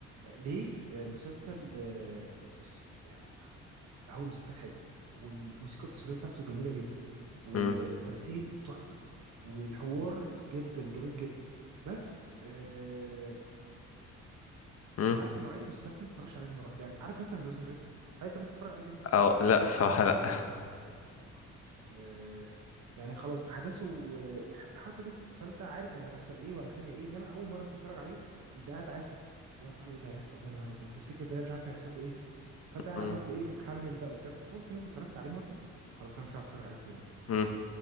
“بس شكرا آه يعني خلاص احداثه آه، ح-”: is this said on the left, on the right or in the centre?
Right